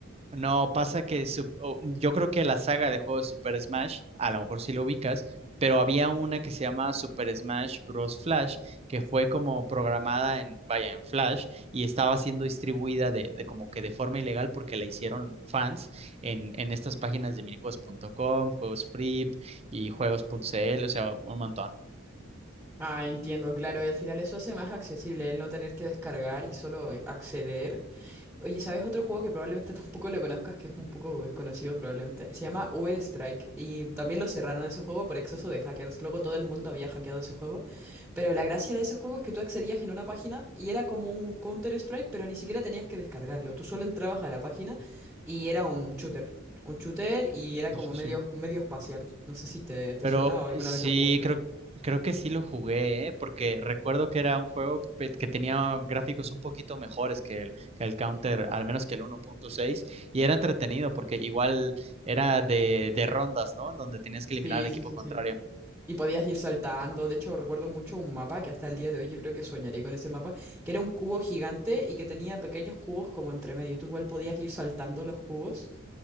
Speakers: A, on the right (about 30°); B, in the centre.
A: No, pasa que su- o- yo creo que la saga de juegos Super Smash, a lo mejor sí lo ubicas, pero había una que se llama Super Smash Bros. Flash, que fue como programada en, vaya, en Flash y estaba siendo distribuida de, de como que de forma ilegal porque la hicieron fans en, en estas páginas de minijuegos.com, juegos free y juegos.cl, o sea, un montón.
B: Ah, entiendo, claro, y al final eso hace más accesible el no tener que descargar y solo eh, acceder. Oye, ¿sabes otro juego que probablemente <laughs> tampoco lo conozcas, que es un poco desconocido probablemente? Se llama Uber Strike y también lo cerraron ese juego por exceso de hackers. Luego todo el mundo había hackeado ese juego. Pero la gracia de ese juego es que tú accedías en una página y era como un Counter Strike, pero ni siquiera tenías que descargarlo. Tú solo entrabas a la página y era un shooter. Un shooter y era como
A: Sí, sí,
B: medio,
A: sí.
B: medio espacial. No sé si te, te
A: Pero
B: suena o alguna
A: eh, sí,
B: vez lo jugaste.
A: creo, creo que sí lo jugué, ¿eh? Porque recuerdo que era un juego pe- que tenía gráficos un poquito mejores que el, que el Counter, al menos que el uno punto seis y era entretenido porque igual era de, de rondas, ¿no? Donde tenías que eliminar
B: Sí,
A: al equipo
B: sí, sí,
A: contrario.
B: sí. Y podías ir saltando. De hecho, recuerdo mucho un mapa que hasta el día de hoy yo creo que soñaré con ese mapa, que era un cubo gigante y que tenía pequeños cubos como entre medio. Y tú igual podías ir saltando los cubos.